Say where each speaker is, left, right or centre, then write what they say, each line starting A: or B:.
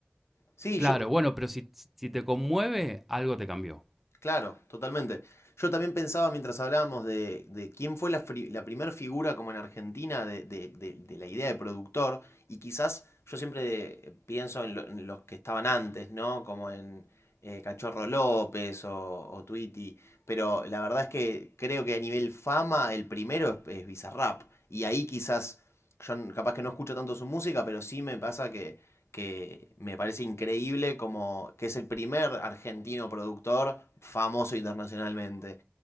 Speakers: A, on the left (about 80°); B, in the centre.
A: Sí,
B: Claro,
A: yo
B: bueno, pero si, si te conmueve, algo te cambió.
A: Claro, totalmente. Yo también pensaba mientras hablábamos de, de quién fue la, fri- la primer figura como en Argentina de, de- de- de la idea de productor, y quizás yo siempre eh, pienso en, lo- en los que estaban antes, ¿no? Como en eh, Cachorro López o, o Tweety, pero la verdad es que creo que a nivel fama el primero es, es Bizarrap, y ahí quizás yo n- capaz que no escucho tanto su música, pero sí me pasa que que me parece increíble como que es el primer argentino productor famoso internacionalmente.